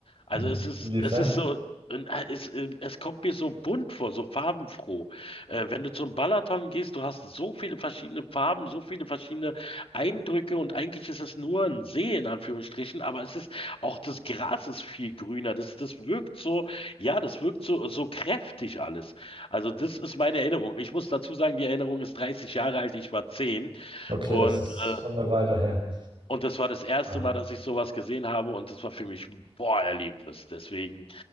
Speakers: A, on the left (about 60°); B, on the right (about 65°).
A: Also
B: Mhm.
A: es ist,
B: Inwiefern?
A: es ist so, und, äh, es, äh, es kommt mir so bunt vor, so farbenfroh. Äh, wenn du zum Balaton gehst, du hast so viele verschiedene Farben, so viele verschiedene Eindrücke und eigentlich ist es nur ein See in Anführungsstrichen, aber es ist auch das Gras ist viel grüner. Das, das wirkt so, ja, das wirkt so, so kräftig alles. Also das ist meine Erinnerung. Ich muss dazu sagen, die Erinnerung ist 30 Jahre alt, ich war 10
B: Okay,
A: und
B: das ist
A: äh,
B: schon eine Weile her.
A: und das war das erste
B: Ah,
A: Mal, dass ich sowas gesehen habe und das war für mich ein Boah-Erlebnis. Deswegen